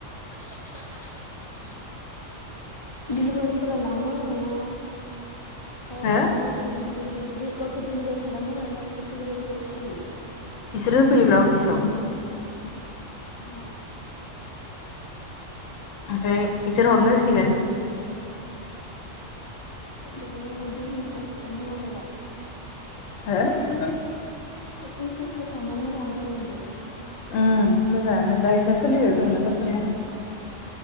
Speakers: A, on the left; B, on the left.
A: मा <inaudible> होनना लानो? दिलिबारिफोरा लाङो ना गाव-गावसोरनो
B: हो
A: दिलिभारि दिल गावसोर दिडिलिभार खालामो ना इसोर डिलिभारि बयफ्रा होयो?
B: बिसोरो फैयोब्रा अफिसाव।
A: अ।
B: ओमफ्राय इसोर हरनो होसिगोन।
A: <unintelligible> बिजनेसआव हाबनो मोजां जाबाय।
B: हो?
A: बे बिजनिसखौ खालामना मोजांआनो जाबाय आं दायो।
B: उम मोजाङानो दा इसिना सोलिबायबो दंना बर्थमान।